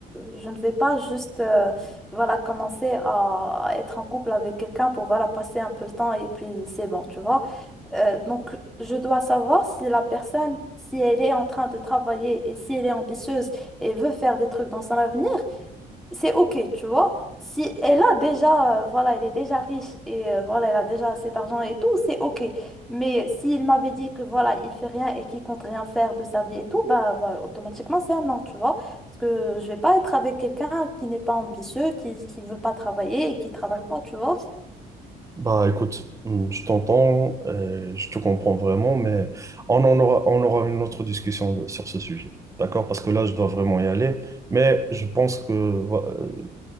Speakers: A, in the centre; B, on the right.
A: je ne vais pas juste euh, voilà, commencer à être en couple avec quelqu'un pour voilà, passer un peu le temps et puis c'est bon, tu vois. Euh, donc, je dois savoir si la personne, si elle est en train de travailler et si elle est ambitieuse et veut faire des trucs dans son avenir, c'est OK, tu vois. Si elle a déjà, euh, voilà, elle est déjà riche et euh, voilà, elle a déjà assez d'argent et tout, c'est OK. Mais s'il m'avait dit que voilà, il fait rien et qu'il compte rien faire de sa vie et tout, bah, voilà, automatiquement, c'est un non, tu vois. Parce que je vais pas être avec quelqu'un qui n'est pas ambitieux, qui, qui veut pas travailler et qui travaille pas, tu vois.
B: Bah écoute, hum, je t'entends, euh, je te comprends vraiment, mais on en aura, on aura une autre discussion de- sur ce sujet, d'accord? Parce que là, je dois vraiment y aller, mais je pense que euh,